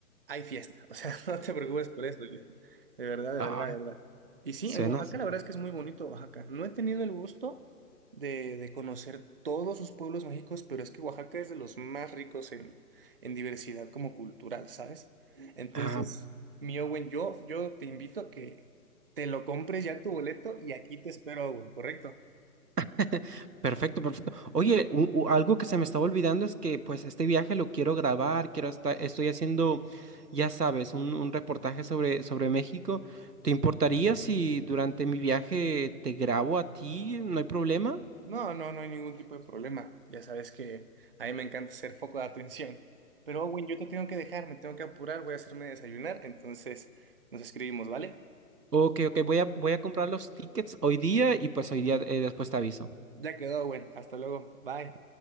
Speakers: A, on the right; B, on the right.
A: hay fiesta. O sea, <laughs> no te preocupes por eso. Luis. De verdad, de
B: ah,
A: verdad, de verdad. Y sí,
B: suena.
A: en Oaxaca la verdad es que es muy bonito Oaxaca. No he tenido el gusto de, de conocer todos sus pueblos mágicos, pero es que Oaxaca es de los más ricos en, en diversidad como cultural, ¿sabes? Entonces,
B: Ah,
A: mi Owen, yo, yo te invito te lo compres ya tu boleto y aquí te espero, güey, ¿correcto?
B: <laughs> Perfecto, perfecto. Oye, u- u- algo que se me estaba olvidando es que pues este viaje lo quiero grabar, quiero estar, estoy haciendo, ya sabes, un, un reportaje sobre, sobre México. ¿Te importaría si durante mi viaje te grabo a ti? ¿No hay problema?
A: No, no, no hay ningún tipo de problema. Ya sabes que a mí me encanta ser foco de atención. Pero, Owen, yo te tengo que dejar, me tengo que apurar, voy a hacerme desayunar, entonces nos escribimos, ¿vale?
B: Ok, ok, voy a, voy a comprar los tickets hoy día y pues hoy día eh, después te aviso.
A: Ya quedó, Owen, hasta luego, bye.